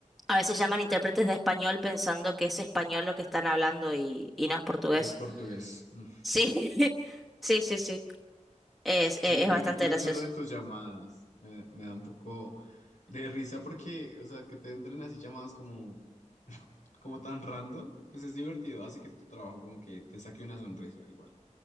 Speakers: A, in the centre; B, on the left (about 75°).
A: a veces llaman intérpretes de español pensando que es español lo que están hablando y, y no es portugués.
B: Es portugués. Mm.
A: Sí, <laughs> sí, sí, sí, es, es
B: Oye, pero
A: bastante
B: qué curioso
A: gracioso.
B: lo de tus llamadas. Me, me da un poco de risa porque, o sea, que te entren así llamadas como, como tan random, pues es divertido. Hace que tu trabajo como que te saque una sonrisa igual.